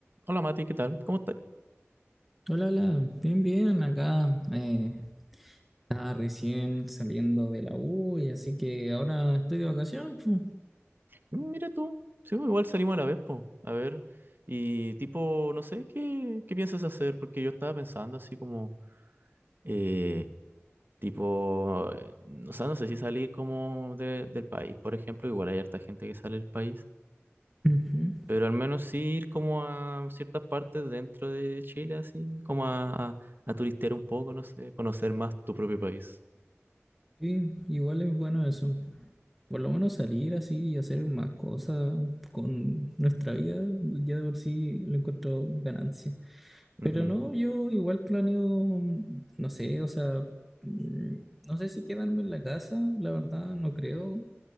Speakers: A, on the right; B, in the centre.
A: Hola Mati, ¿qué tal? ¿Cómo estás?
B: Hola, hola, bien, bien, acá eh, estaba recién saliendo de la U y así que ahora estoy de vacaciones. pu.
A: Mira tú, sí, pues, igual salimos a la vez, po. A ver, y tipo, no sé, ¿qué, qué piensas hacer? Porque yo estaba pensando así como, eh, tipo, eh, o sea, no sé si salir como de- del país, por ejemplo, igual hay harta gente que sale del país,
B: Ujú.
A: pero al menos sí ir como a ciertas partes dentro de Chile, así, como a, a, a turistear un poco, no sé, conocer más tu propio país.
B: Sí, igual es bueno eso, por lo menos salir así y hacer más cosas con nuestra vida, ya de por sí lo encuentro ganancia.
A: Ujú,
B: Pero no, yo igual planeo, no sé, o sea, mm, no sé si quedarme en la casa, la verdad, no creo,